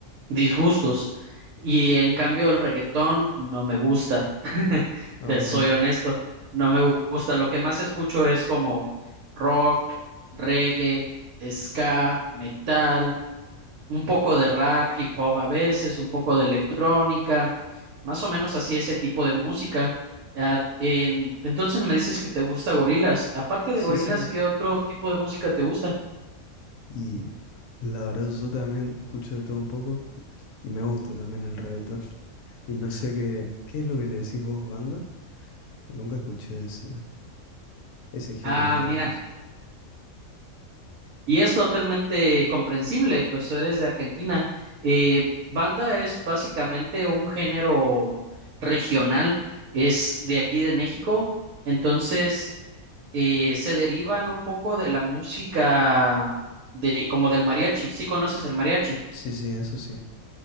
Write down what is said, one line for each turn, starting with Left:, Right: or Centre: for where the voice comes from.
Right: disgustos. Y en cambio el reggaetón no me gusta, <laughs>
Left: Ah,
Right: te
Left: ok.
Right: soy honesto, no me gu- gusta. Lo que más escucho es como rock, reggae, ska, metal un poco de rap, hip hop a veces, un poco de electrónica, más o menos así ese tipo de música. Ah, en- entonces me dices que te gusta Gorilas. Aparte
Left: Sí,
Right: de Gorilas,
Left: sí.
Right: ¿qué otro tipo de música te gusta?
Left: Y la verdad yo también escucho de todo un poco y me gusta también el reggaetón. <laughs> Y no sé qué, qué es lo que le decís vos, banda, que nunca escuché ese, ese género,
Right: Ah,
Left: digamos.
Right: mira, y es totalmente comprensible, pues tú eres de Argentina. Eh, banda es básicamente un género regional, es de aquí de México, entonces eh, se derivan un poco de la música de como del mariachi. ¿Sí conoces el mariachi?
Left: Sí, sí, eso sí.
Right: Sí.